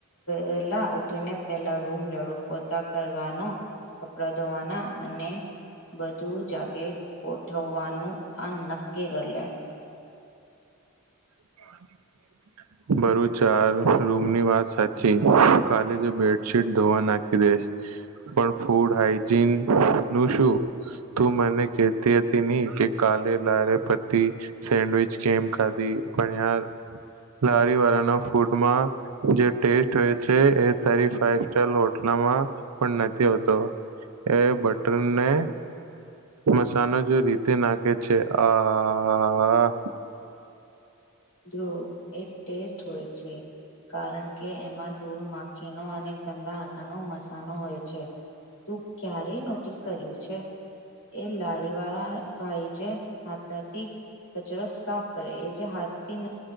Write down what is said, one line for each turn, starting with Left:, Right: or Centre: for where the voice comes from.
Left: વેલા ઉઠીને પેલા રૂમ જાડું પોતા કરવા નુ કપડા ધોવાના અને બધું જાતે ગોઠવવાનું આ નક્કી કરલે
Right: <inaudible> <inaudible> બરું ચાર રૂમની વાત સાચી કાલે જો બેડશીટ ધોવા નાખી દે પણ ફૂડ હાઈજીન નું શું તું મને કેતી હતી ની કે કાલે લારે પતી સેન્ડવીચ કેમ ખાધી પણ યાર લારી વાળાના ફૂડમાં જે ટેસ્ટ હોય છે એ તારી ફાઈ સ્ટાર હોટલમાં મા પણ નથી હોતો એ બટરને મસાનો જો રીતે નાખે છે આ હા હા હા
Left: જો એ ટેસ્ટ હોય છે કારણ કે એમાં ધૂળ માખીનો અને ગંદા આટાનો મસાનો હોય છે. તું ક્યારેય નોટિસ કર્યું છે. એ લારી વાળા ભાઈ જે હાથ હતી કચરો સાફ કરે એ જે હાથથી